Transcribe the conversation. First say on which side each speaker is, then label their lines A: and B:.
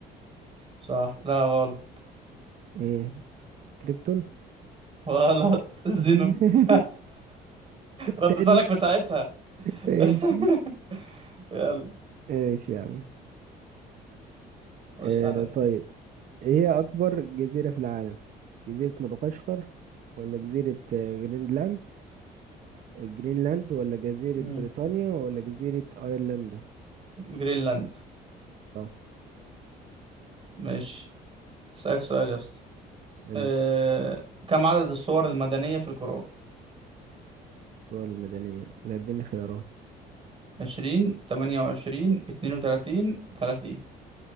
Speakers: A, on the right (about 35°); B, on the right (about 50°).
A: صح لا غلط
B: ايه كريبتون
A: غلط <laughs> الزينون
B: <laughs>
A: <laughs> ردت
B: تاني
A: لك في ساعتها
B: ماشي
A: <laughs> يلا
B: ماشي يا عم
A: خش
B: آه
A: عليا
B: طيب ايه هي أكبر جزيرة في العالم جزيرة مدغشقر ولا جزيرة آه، جرينلاند جرينلاند ولا جزيرة
A: مم.
B: بريطانيا ولا جزيرة أيرلندا
A: جرينلاند
B: صح
A: ماشي اسألك سؤال يا اسطى
B: اسألني
A: أه... كم عدد الصور المدنية في القرآن؟
B: الصور المدنية لا اديني خيارات
A: عشرين تمانية وعشرين اتنين وتلاتين تلاتين